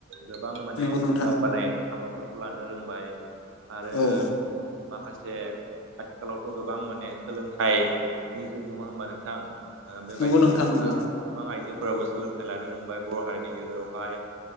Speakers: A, on the right; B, on the left.
A: गोबां माने
B: नंगौ नोंथां
A: दावगानाय हाबाफोर खौ लानो रोंबाय आरो
B: औ
A: माखासे आथिखालावथ' गोबां माने सोलोंथाइ जुग नङा होमबा नोंथां बेबायदिनो
B: नंगौ नोंथां
A: जोंहा
B: नंगौ
A: गोबां आइजोफोराबो सोलोंथाइ लानो रोंबाय बर' हारिनि गेजेरावहाय